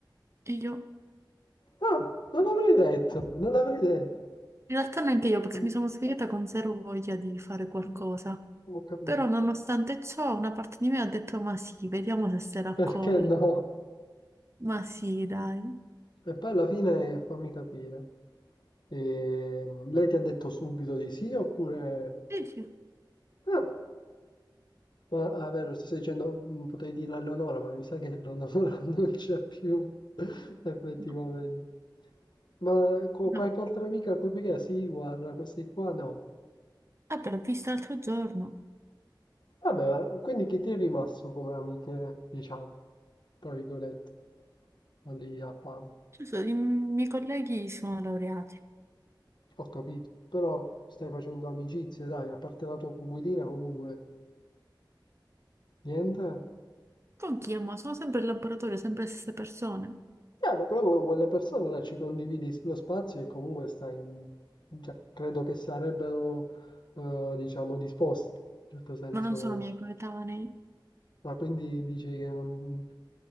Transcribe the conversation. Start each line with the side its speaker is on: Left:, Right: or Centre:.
Right: E io,
Left: Ah, non l'avrei detto, non l'avrei detto.
Right: in realtà neanche io, perché
Left: Mm,
Right: mi sono svegliata con zero voglia di fare qualcosa.
Left: mm, Ho capito.
Right: Però, nonostante ciò, una parte di me ha detto: Ma sì, vediamo se se la
Left: Perché
Right: colla.
Left: no?
Right: Ma sì, dai.
Left: E poi alla fine fammi capire. ehm, lei ti ha detto subito di sì oppure...
Right: E io,
Left: Ah, Ma ah, vero, ti sto dicendo, mm, potrei dirlo a Leonora, ma mi sa che Leonora <laughs> non c'è più, <laughs> effettivamente.
Right: no,
Left: Ma eh, co-
Right: no.
Left: qualche altra amica a cui perché? Sì, guarda, questi qua no.
Right: Ah, però l'ho visto l'altro giorno.
Left: Vabbè, ma quindi chi ti è rimasto come amiche, diciamo, tra virgolette, lì a Palma?
Right: Ci sono- I miei colleghi sono laureati.
Left: Ho capito, però stai facendo amicizie, dai, a parte la tua coinquilina comunque, niente?
Right: Con chi amo? Sono sempre in laboratorio, sempre le stesse persone,
Left: E vabbè, proprio con quelle persone là ci condividi lo spazio e comunque stai in... cioè, credo che sarebbero, eh, diciamo, disposti, in un certo senso.
Right: ma non sono miei coetanei.
Left: Ma quindi dici che non,